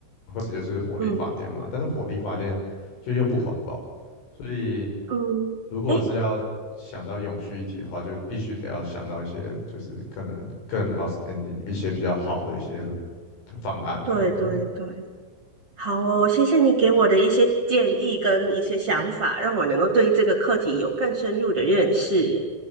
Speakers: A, on the left; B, on the right.
A: 或者就是火力发电嘛，
B: 嗯
A: 但是火力发电就又不环保，所以
B: 嗯，
A: 如果是要想到永续一体的话，
B: 哎，
A: 就必须得要想到一些就是可能更 outstanding 一些比较好的一些方案啊，
B: 对对对，
A: 对吧、
B: 好哦，谢谢你给我的一些建议跟一些想法，让我能够对这个课题有更深入的认识。